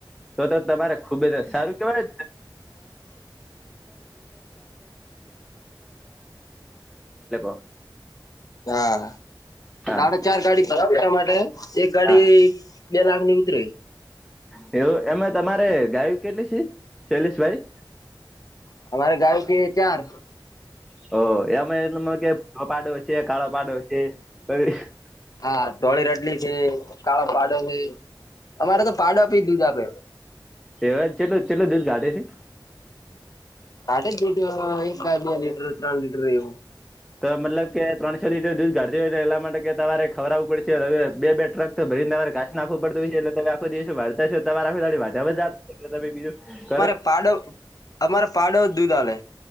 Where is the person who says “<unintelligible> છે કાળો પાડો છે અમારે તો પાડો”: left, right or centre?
Left